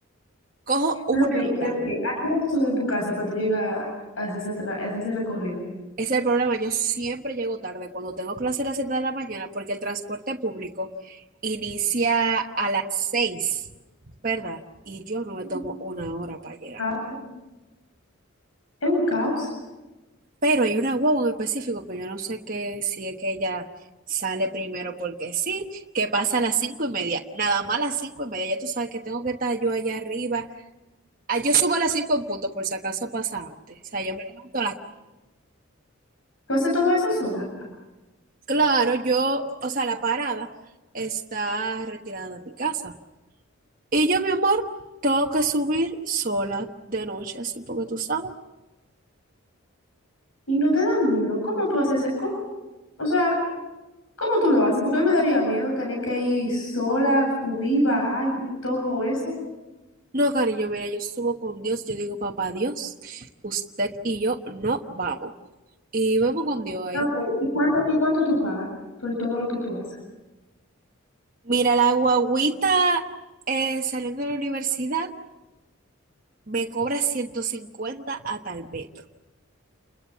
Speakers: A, on the right; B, on the left.
A: cojo una
B: Pero que,
A: guagua.
B: pero que, ¿a qué hora tú sales de tu casa para tú llegar a hacer esa tra- a hacer ese recorrido?
A: Ese es el problema. Yo siempre llego tarde cuando tengo clase a las 7 de la mañana porque el transporte público inicia a las 6, ¿verdad? Y yo no me
B: Un
A: tomo una hora para llegar.
B: Caos. Es un caos.
A: Pero hay una guagua en específico que yo no sé qué, si es que ella sale primero porque sí, que pasa a las 5 y media. Nada más a las 5 y media. Ya tú sabes que tengo que estar yo allá arriba. Ah, yo subo a las 5 en punto por si acaso pasa antes. O sea, yo me levanto a las...
B: Tú haces todo eso sola
A: Claro, yo, o sea, la parada está retirada de mi casa. Y yo, mi amor, tengo que subir sola de noche, así porque tú sabes.
B: y no te da miedo. ¿Cómo tú haces? e- cómo- O sea, ¿cómo tú lo haces? Porque a mí me daría miedo tener que ir sola, subir, bajar y todo eso.
A: No, cariño, mira, yo subo con Dios, yo digo, papá Dios, usted y yo no vamos. Y vamos con Dios ahí.
B: Ok, ¿y cuánto, y cuánto tú pagas por todo lo que tú haces?
A: Mira, la guagüita eh, saliendo de la universidad me cobra 150 a tal metro.